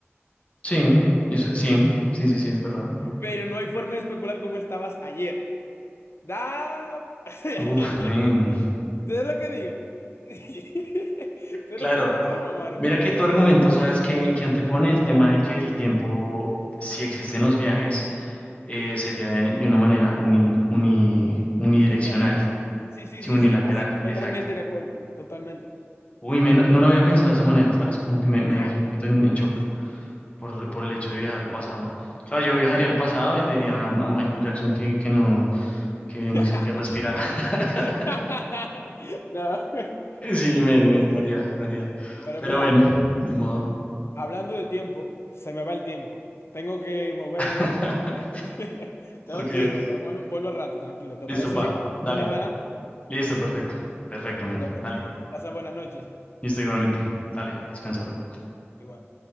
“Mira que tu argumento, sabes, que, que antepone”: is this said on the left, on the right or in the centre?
Left